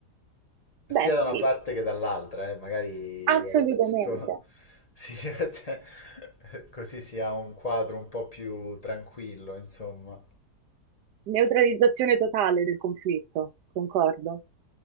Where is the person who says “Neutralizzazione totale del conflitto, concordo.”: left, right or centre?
Right